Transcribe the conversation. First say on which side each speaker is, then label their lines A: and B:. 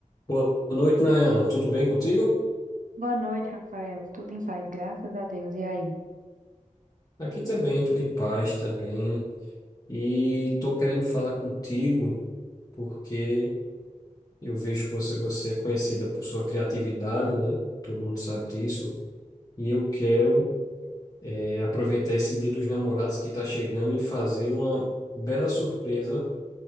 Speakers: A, on the left; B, on the right.
A: Boa noite, Nayana. Tudo bem contigo?
B: Boa noite, Rafael. Tudo em paz, graças a Deus. E aí?
A: Aqui também, tudo em paz também. E tô querendo falar contigo porque eu vejo que você, você é conhecida por sua criatividade, né? Todo mundo sabe disso. E eu quero é, aproveitar esse Dia dos Namorados que está chegando e fazer uma bela surpresa